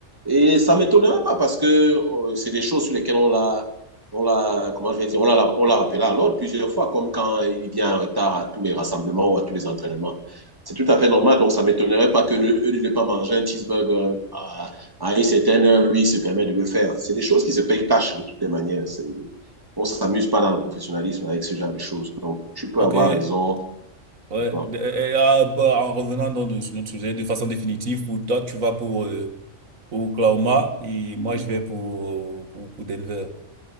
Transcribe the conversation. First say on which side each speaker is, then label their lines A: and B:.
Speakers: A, on the right; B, on the right.
A: Et ça ne m'étonnerait pas parce que euh, c'est des choses sur lesquelles on l'a. On l'a, comment je vais dire, on l'a, on l'a rappelé à l'ordre plusieurs fois, comme quand il vient en retard à tous les rassemblements ou à tous les entraînements. C'est tout à fait normal, donc ça ne m'étonnerait pas que ne, eux ne pas manger un cheeseburger à, à une certaine heure, lui, il se permet de le faire. C'est des choses qui se payent cash de toutes les manières. C'est, on s'amuse pas dans le professionnalisme avec ce genre de choses. Donc, tu peux
B: Ok.
A: avoir
B: Ouais.
A: raison.
B: De-
A: Oui,
B: et, ah, bah, en revenant dans le- sur notre sujet de façon définitive, pour toi, tu vas pour, euh, pour Oklahoma et moi, je vais pour, pour, pour Denver.